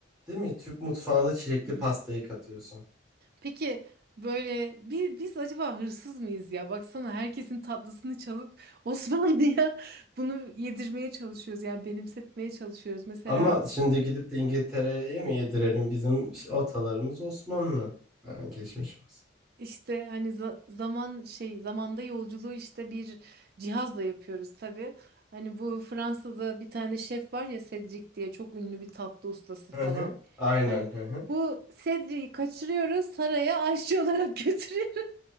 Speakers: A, in the centre; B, on the right.
A: Değil mi? Türk mutfağına çilekli
B: <clears throat>
A: pastayı katıyorsun.
B: Peki böyle bi- biz acaba hırsız mıyız ya? Baksana herkesin tatlısını çalıp Osmanlı'ya <laughs> bunu yedirmeye çalışıyoruz. Yani benimsetmeye çalışıyoruz. Mesela
A: Ama şimdi gidip de İngiltere'ye mi yedirelim? Bizim atalarımız Osmanlı. Ha, geçmişimiz.
B: işte hani za- zaman şey zamanda yolculuğu işte bir cihazla yapıyoruz tabii. Hani bu Fransa'da bir tane şef var ya Cedric diye çok ünlü bir tatlı ustası falan.
A: Hı hı. Aynen.
B: Hani
A: Hı hı.
B: bu Cedric'i kaçırıyoruz saraya aşçı olarak <laughs> götürüyoruz.